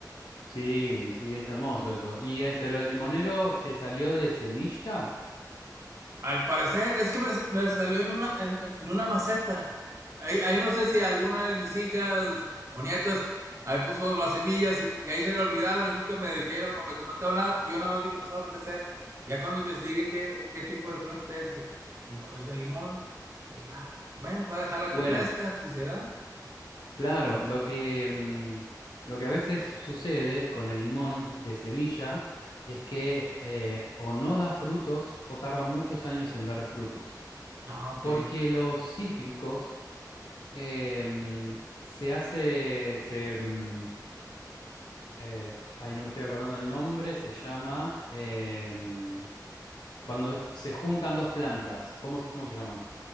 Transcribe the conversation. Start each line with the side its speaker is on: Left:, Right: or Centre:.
Left: Sí, sí, es hermoso eso. Y, eh, pero el limonero te salió de semilla.
Right: Al parecer, es que me, me salió en una, en, en- en una maceta. Ahí, ahí no sé si alguna de mis hijas o nietas ahí puso las semillas y, y ahí se le olvidaron y nunca me dijeron o me comentaron nada. Y yo nada más vi que empezaba a crecer. Ya cuando investigué qué, qué tipo de planta es, dije, pues limo- es de limón. Dije, ah, bueno, voy a dejarla
Left: Bueno,
Right: que crezca, si se da.
Left: claro, lo que, mm, lo que a veces sucede con el limón de semilla es que eh, o no da frutos o tarda muchos años en dar frutos.
Right: Ah, ok.
Left: Porque los cítricos eh, mm, se hace, se, mm, eh, ahí no me estoy acordando el nombre, se llama, eh, mm, cuando se juntan dos plantas, ¿cómo, se- cómo se llama?